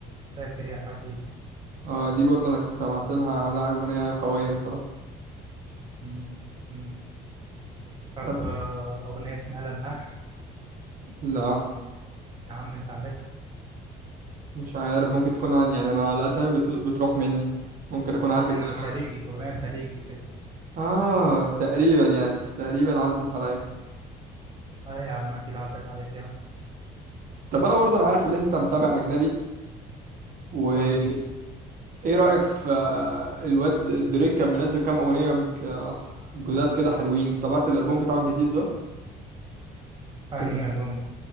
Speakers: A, on the right; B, on the right.
A: فاكر يا حبيبي
B: اه دي برضه انا كنت سمعت لها لا اغنيه قويه الصراحه
A: مم، مم. تعرف
B: طب
A: آه، أغنية اسمها لماح
B: لا
A: يا عم أنت عارفها
B: مش عارف ممكن تكون عن- يعني انا الاسامي بت- بتروح مني ممكن اكون عارف
A: دي
B: الكلمات
A: خليجي أغنية خليجي كده
B: اه تقريبا يعني تقريبا عدت عليا
A: اه يا عم أكيد عدت عليك يا عم
B: طب انا برضه انا عارف ان انت متابع اجنبي وايه
A: قول لي
B: رايك في آه، الواد دريك كان منزل كام اغنيه ج- آه، جداد كده حلوين تابعت الالبوم بتاعه الجديد ده
A: أنهي
B: تت-
A: ألبوم